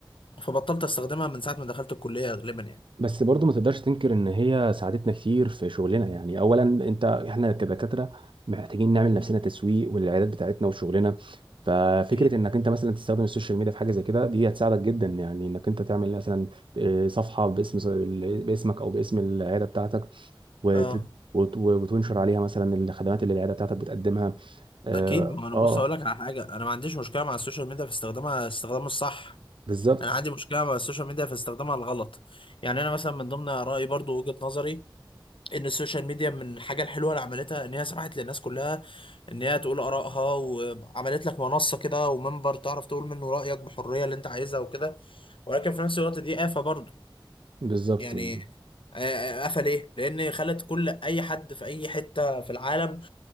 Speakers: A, on the left (about 80°); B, on the right (about 75°).
A: فبطلت استخدمها من ساعة ما دخلت الكلية غالبا يعني
B: بس برضو ما تقدرش تنكر ان هي ساعدتنا كتير في شغلنا يعني اولا انت احنا كدكاتره محتاجين نعمل نفسنا تسويق والعيادات بتاعتنا وشغلنا ففكره
A: أكيد
B: انك انت مثلا تستخدم السوشيال ميديا في حاجه زي كده دي هتساعدك جدا يعني انك انت تعمل مثلا آه، صفحه باسم باسمك او باسم العياده بتاعتك وت...
A: اه
B: وت... وتنشر عليها مثلا الخدمات اللي العياده بتاعتك بتقدمها اه
A: اكيد ما انا
B: آه،
A: بص اقول لك على حاجه انا ما عنديش مشكله مع السوشيال ميديا في استخدامها استخدامه الصح
B: بالظبط
A: انا عندي مشكله مع السوشيال ميديا في استخدامها الغلط يعني انا مثلا من ضمن رايي برضو وجهه نظري ان السوشيال ميديا من الحاجه الحلوه اللي عملتها ان هي سمحت للناس كلها ان هي تقول ارائها وعملت لك منصه كده ومنبر تعرف تقول منه رايك بحريه اللي انت عايزها وكده ولكن في نفس الوقت دي آفة برضو
B: بالظبط
A: يعني
B: بالظبط.
A: آه، آه، آفة ليه؟ لأن خلت كل أي حد في أي حتة في العالم